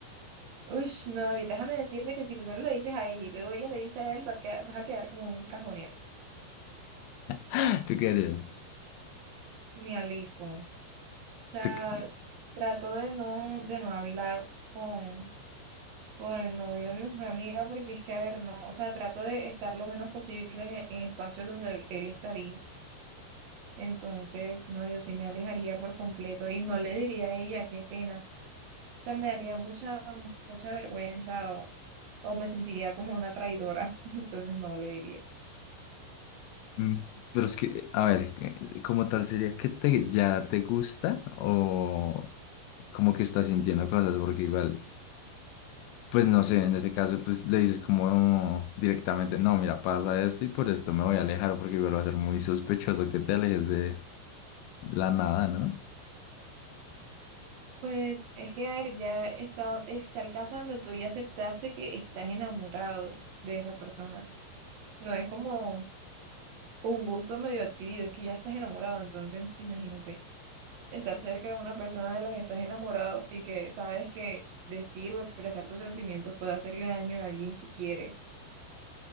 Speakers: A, on the right; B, on the left.
A: Uy, no, David, déjame decirte que si primero le dices a ella y luego ella le dice a él, va a queda- vas a quedar como un cajonero.
B: <laughs> ¿Tú qué harías?
A: Me alejo. O sea,
B: ¿Tú qué-
A: trato de no, de no hablar con, con el novio de mi mejor amiga porque es que, a ver, no, o sea, trato de estar lo menos posible en, en espacios donde él, él estaría. Entonces, no, yo sí me alejaría por completo y no le diría a ella, qué pena. O sea, me daría mucha, mucha vergüenza o, o me sentiría como una traidora. <laughs> Entonces, no le diría.
B: Mm, Pero es que, a ver, eh, como tal sería que te, ya te gusta o como que estás sintiendo cosas, porque igual, pues no sé, en ese caso, pues le dices como directamente, no, mira, pasa esto y por esto me voy a alejar, porque igual va a ser muy sospechoso que te alejes de la nada, ¿no?
A: Pues es que, a ver, ya está, está el caso donde tú ya aceptaste que estás enamorado de esa persona. No es como un gusto medio adquirido, es que ya estás enamorado, entonces imagínate. estar cerca de una persona de la que estás enamorado y que sabes que decir o expresar tus sentimientos puede hacerle daño a alguien que quieres.